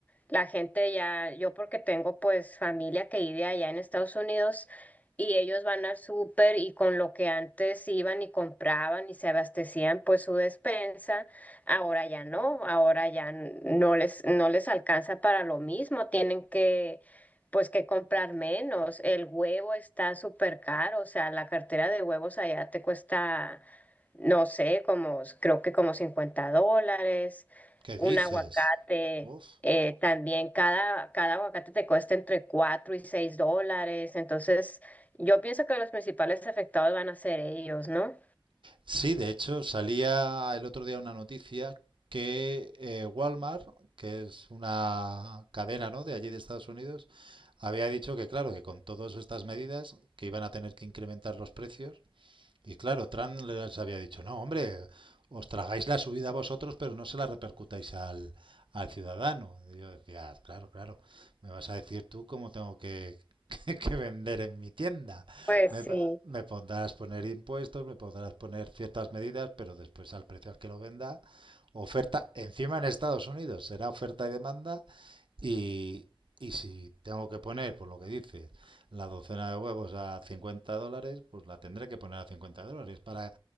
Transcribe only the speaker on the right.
¿qué
dices?
Uf.
Sí, de hecho, salía el otro día una noticia que eh, Walmart, que es una cadena, ¿no? De allí de Estados Unidos, había dicho que, claro, que con todas estas medidas, que iban a tener que incrementar los precios Y claro, Trump les había dicho, no, hombre, os tragáis la subida a vosotros, pero no se la repercutáis al, al ciudadano. Y yo decía, "Ah, claro, claro, me vas a decir tú cómo tengo que, <laughs> que- que vender en mi tienda.
Me,
me podrás poner impuestos, me podrás poner ciertas medidas, pero después al precio al que lo venda, oferta, encima en Estados Unidos, será oferta y demanda. Y, y si tengo que poner, por lo que dices, la docena de huevos a 50 dólares, pues la tendré que poner a 50 dólares para,